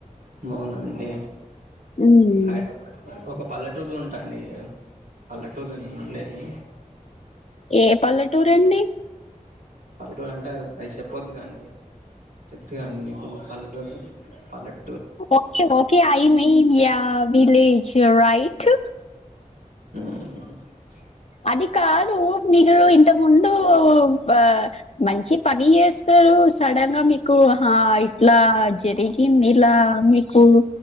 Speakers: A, on the right (about 85°); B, on the left (about 50°).
A: అవునండి
B: హ్మ్.
A: హైదరాబాద్ ఒక పల్లెటూరు లు అండి పల్లటూరూ లో నేను ఉండేది
B: ఏ పల్లెటూరు అండి
A: పల్లెటూరు అంటే అవి చెప్పొద్దు కాండి తెలుస్ కదా అండి మీకు పల్లెటుర్ పల్లెటూ
B: okay okay I mean ya village right
A: ఉమ్
B: అది కాదు మీరు ఇంత ముందు ఆ మంచి పని చేస్ సారు సడన్ గా మీకు ఆహా ఇట్లా జరిగింది ఇలా మీ కు